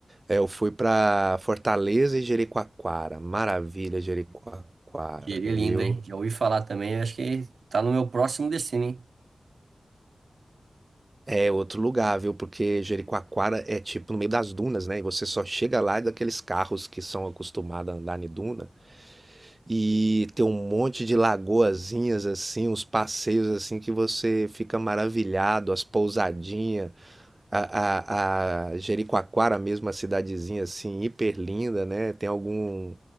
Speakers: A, on the right; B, on the right.
A: É, eu fui para Fortaleza e Jericoacoara. Maravilha, Jericoacoara,
B: Diria
A: viu?
B: lindo, hein? Já ouvi falar também, acho que tá no meu próximo destino, hein?
A: É outro lugar, viu? Porque Jericoacoara é tipo no meio das dunas, né? E você só chega lá daqueles carros que são acostumados a andar em duna. E tem um monte de lagoazinhas assim, uns passeios assim que você fica maravilhado, as pousadinhas, a, a, a Jericoacoara mesmo, a cidadezinha assim, hiper linda, né? Tem algum,